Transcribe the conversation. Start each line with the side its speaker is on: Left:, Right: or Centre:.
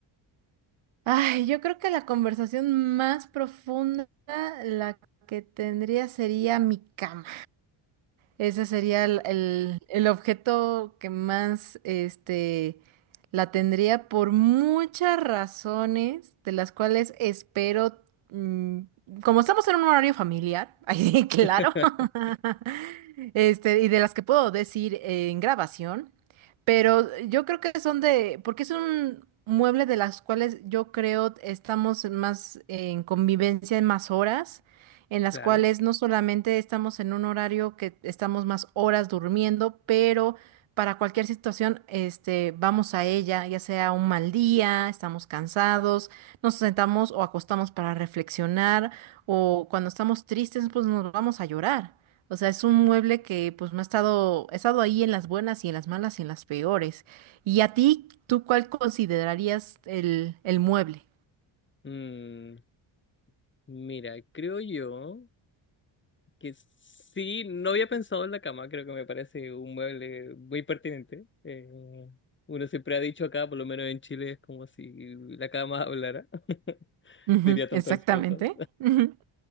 Right: Ay, yo creo que la conversación más profunda, la que tendría sería mi cama. Ese sería el, el- el objeto que más este, la tendría por muchas razones, de las cuales espero, mm, como estamos en un horario familiar, <laughs> ahí claro,
Left: <laughs>
Right: <laughs> este, y de las que puedo decir eh, en grabación, pero yo creo que son de, porque es un mueble de las cuales yo creo estamos más en convivencia en más horas en las
Left: Claro.
Right: cuales no solamente estamos en un horario que estamos más horas durmiendo, pero para cualquier situación, este, vamos a ella, ya sea un mal día, estamos cansados, nos sentamos o acostamos para reflexionar, o cuando estamos tristes, pues nos vamos a llorar. O sea, es un mueble que pues me ha estado, ha estado ahí en las buenas y en las malas y en las peores. ¿Y a ti, tú cuál considerarías el, el mueble?
Left: Mm, mira, creo yo que sí, no había pensado en la cama, creo que me parece un mueble muy pertinente. Eh, uno siempre ha dicho acá, por lo menos en Chile, es como si la cama hablara, <laughs>
Right: Ujú,
Left: diría tantas
Right: exactamente.
Left: cosas.
Right: <laughs> Ujú.